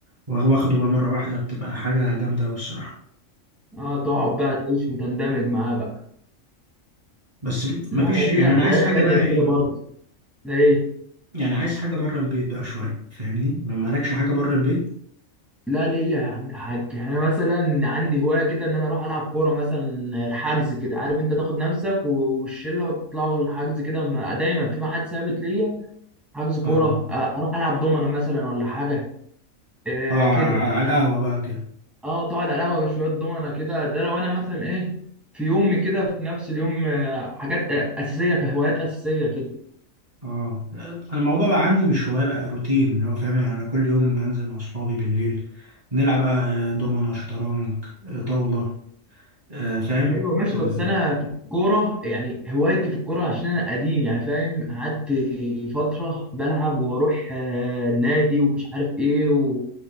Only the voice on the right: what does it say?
وهو واخده بقى مره واحده بتبقى حاجه جامده قوي الصراحه
بس
مفيش
يعني
انا
عايز حاجه
بقى ايه
يعني عايز حاجه بره البيت بقى شويه فاهمني ما مالكش حاجه بره البيت
اه
اه على
القهوه بقى كده
اه انا الموضوع بقى عندي مش هواية بقى روتين اللي هو فاهم يعني انا كل يوم بنزل مع اصحابي بالليل نلعب بقى آه، دومنة شطرنج آه، طاولة آه، فاهم
ال...